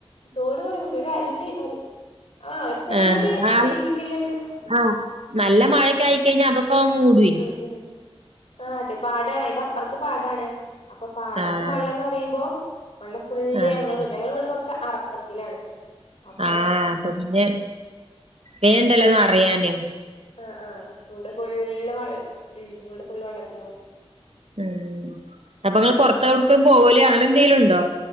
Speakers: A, on the left; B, on the right.
A: തോട് പറി ഒരരുവി അരു ആ ഒരു ചെറിയൊരു
B: ആ
A: വീതിക്കുള്ള ഒരു
B: ആ നല്ല മഴയക്കായി കഴിഞ്ഞാൽ അതുപ്പം മൂടെ
A: ഉം ഉം ആഹ് അതെ പാടാണ് അതിന്റെ അപ്പുറത്ത് പാടാണ് അപ്പൊ പാടം
B: ആഹ്
A: വെള്ളംന്നറയുമ്പോ വള്ളം ഫുള്ള്
B: ആഹ്
A: ഞങ്ങളെ ഞങ്ങളെ വീട് കൊറ അറക്കത്തിലാണ് അപ്പൊ
B: ആ അപ്പൊ പിന്നെ വേണ്ടല്ലോ നറയാന്
A: ആ ആ റോഡ് ഫുള്ള് വെള്ള ഉം വീട് ഫുള്ള് വെള്ളത്തിലാവും
B: ഉം അപ്പൊ നിങ്ങൾ പുറത്ത പോവല അങ്ങനെ എന്തെങ്കലും ഉണ്ടോ?